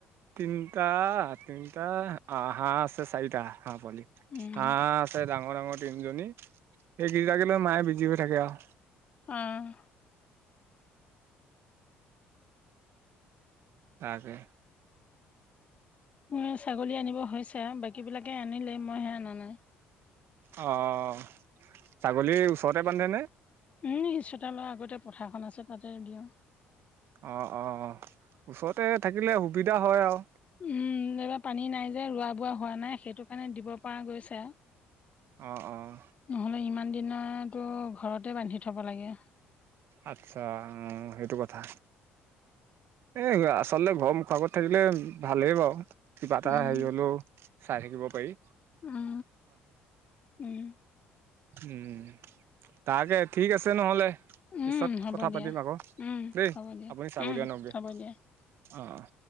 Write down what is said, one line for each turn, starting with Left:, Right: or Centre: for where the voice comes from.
Right: তিনিটা তিনিটা হাঁহ আছে চাৰিটা হাঁহ পোৱালি।
Left: উম,
Right: হাঁহ আছে ডাঙৰ ডাঙৰ তিনিজনী এইকেইটাকে লৈ মায়ে বিজি হৈ থাকে আও।
Left: অহ।
Right: তাকে
Left: মোৰ ছাগলী আনিব হৈছে বাকী বিলাকে আনিলে মইহে অনা নাই।
Right: অঁ অঁ ছাগলীৰ ওচৰতে বান্ধেনে?
Left: উমঁ চোতালৰ আগতে পথাৰখন আছে তাতে দিওঁ।
Right: অঁ অঁ ওচৰতে থাকিলে সুবিধা হয় আও
Left: উমঁ এইবাৰ পানী নাই যে ৰোৱা বোৱা হোৱা নাই সেইটো কাৰণে দিব পৰা গৈছে আও
Right: অহ অহ।
Left: নহ'লে ইমান দিনতো ঘৰতে বান্ধি থ'ব লাগে।
Right: আচ্ছা অ সেইটো কথা। এ আচলতে ঘৰ মুখগত থাকিলে ভালে বাৰু কিবা এটা
Left: উম
Right: হেৰি হলেও চাই থাকিব পাৰি।
Left: উমঁ উমঁ!
Right: উমঁ তাকে ঠিক আছে নহ'লে।
Left: উম
Right: পিছত
Left: হ'ব
Right: কথা
Left: দিয়া
Right: পাতিম আকৌ
Left: উম
Right: দেই।
Left: হ'ব দিয়া
Right: আপুনি ছাগলী
Left: উম
Right: আনকগে
Left: হ'ব দিয়া
Right: অ' অ'।